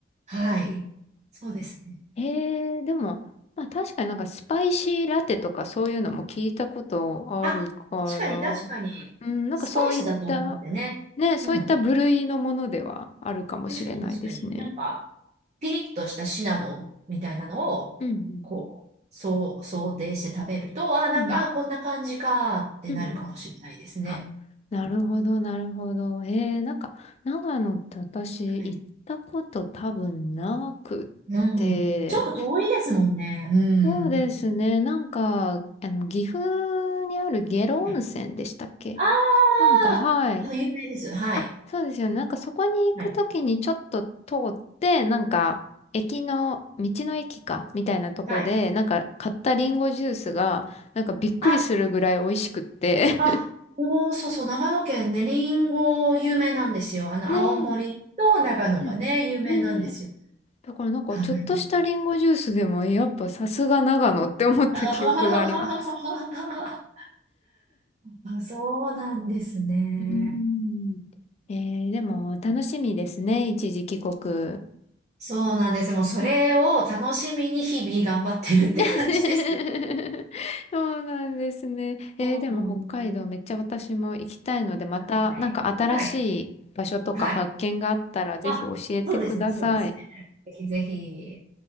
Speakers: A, on the right; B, on the left.
A: はい。
B: うん。
A: そうですね。
B: へえでも、まあ確かになんかスパイシーラテとかそういうのも聞いたことあるから、
A: あ、確かに確かに、
B: うん、なんかそういった、
A: スパイスだと思ってね。
B: ね、そういった部類のものではあるかもしれないですね。
A: うん。確かに確かに。なんか、ピリッとしたシナモンみたいなのを、
B: うん
A: こう、そう、想定して食べると、あ、なんか、
B: うん。うん
A: あ、こんな感じかってなるかもしれないですね。
B: うん。うんうん。あ、なるほど、なるほど。えー、なんか、長野って私行ったこと多分なくって、
A: はい。うん。ちょっと遠いですもんね。うん。
B: そうですね、なんか、あの、岐阜にある下呂温泉でしたっけ
A: はいああー、
B: なんか、はい。
A: あの、有名です。はい。
B: あ、そうですよね。なんかそこに行くときにちょっと通って、
A: はい。
B: なんか駅の、道の駅か、みたいなとこで、
A: はい。
B: なんか買ったリンゴジュースが、なんかびっくりするぐらい美味しくって。
A: ああ、おー、そうそう、長野県ね、りんご有名なんですよ。あの、
B: <laughs> ねえ。
A: 青森と長野がね、
B: うん。
A: 有名なんですよ。
B: ねえ。だからなんかちょっとしたリンゴジュースでも、
A: はい。
B: やっぱさすが長野って思った記憶があります。
A: <laughs> あ、そうなんですね。
B: うん。えー、でも楽しみですね。一時帰国。
A: そうなんです。もうそれを楽しみに日々頑張ってるって感じです。
B: うん <laughs> そうなんですね。えーでも北海道めっちゃ私も行きたいので、
A: そうなんですね。
B: またなんか新しい場所とか発見があったらぜひ教えてください。
A: はい。はい。はい。あ、そうですね、そうですね。ぜひぜひ。